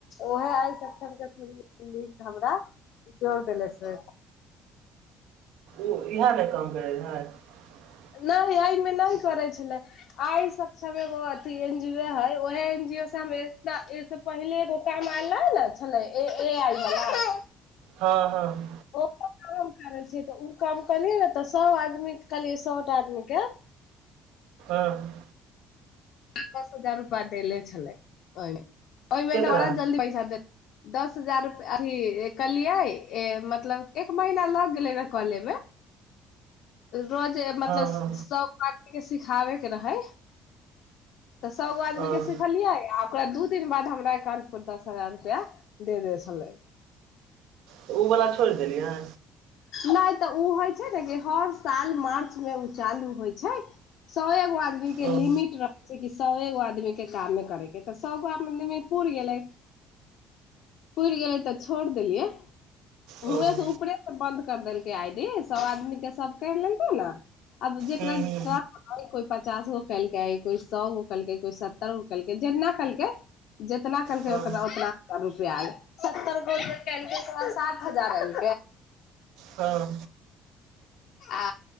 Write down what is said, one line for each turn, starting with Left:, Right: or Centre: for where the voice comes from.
Left: ओहे आइ सक्षम कें थूरू लिंक हमरा जोर देेले छै
Right: ओ इएह ने काम बेरघइ <unintelligible>
Left: नहि एहिमे नहि करै छलै आइ सक्षम एगो अथि एन जी ओ हइ ओहे एन जी ओ से पहिले एगो काम आयले ने छलै ए आइ वला
Right: हँ हँ
Left: ओहो काम हम करै छियै तऽ ओ काम करलियै ने तऽ सभ आदमी कहलियै सौ आदमीके
Right: व <unintelligible>
Left: दस हजार रुपआ देले छलै ओहिमे ओहि
Right: केकरा
Left: त बड़ा जल्दी पैसा दे - दस हजार रुप अथी कहलियै मतलब एक महीना लग गेलै र कॉले मे रोज मतलब
Right: हँ हँ
Left: सब - सिखाबे के रहै तऽ सौगो
Right: हँ
Left: आदमी के सिखलियै आ ओकरा दू दिन बाद हमरा एकाउंट पर दस हजार रुपआ दे दे छलै
Right: तऽ उ वला छोड़ि देलियै
Left: नहि तऽ ओ होइ छै ने कि हर साल मार्च मे ओ चालू होइ छै सएगो आदमी
Right: हँ
Left: लिमिट रहै सौ एगो आदमी के काम मे करे के तऽ सौगो आदमी पुर गेले पुर गेले तऽ छोड़ देलियै
Right: ओ
Left: उहें
Right: हूँ
Left: ऊपरे से बन्द कर देलकै आई डी सब आदमी के सब कर लेलकै ने आब जेकरा
Right: हूँ
Left: को पचास गो केलकै को सए गोलक को सत्तर गो जेितना केलकै जेितनालकक
Right: हँ
Left: उना रूप स्तर गोातजारल
Right: हँ
Left: आ